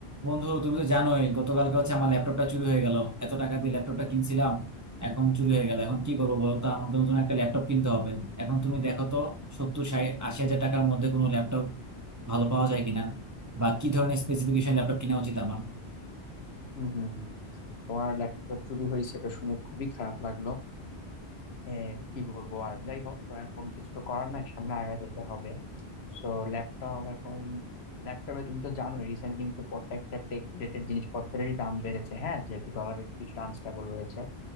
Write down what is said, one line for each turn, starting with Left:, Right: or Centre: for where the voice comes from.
Right: বন্ধু তুমি তো জানোই গতকালকে হচ্ছে আমার ল্যাপটপটা চুরি হয়ে গেল এত টাকা দিয়ে ল্যাপটপটা কিনছিলাম এখন চুরি হয়ে গেল এখন কি করবো বলো তো আমার তো নতুন একটা ল্যাপটপ কিনতে হবে এখন তুমি দেখো তো সত্তর ষাট আশি হাজার টাকার মধ্যে কোনো ল্যাপটপ ভালো পাওয়া যায় কিনা বা কি ধরনের স্পেসিফিকেশন ল্যাপটপ কিনা উচিত আমার
Left: হুম হুম হুম তোমার ল্যাপটপ চুরি হয়েছে এটা শুনে খুবই খারাপ লাগলো হ্যাঁ কি বলবো আর যাই হোক তো এখন কিছু তো করার নাই সামনে আগায় যেতে হবে সো ল্যাপটপ এখন ল্যাপটপে তুমি তো জানোই রিসেন্ট কিন্তু প্রত্যেকটা টেক রিলেটেড জিনিসপত্রেরই দাম বেড়েছে হ্যাঁ যেহেতু ডলারের কিছুটা আনস্টেবল রয়েছে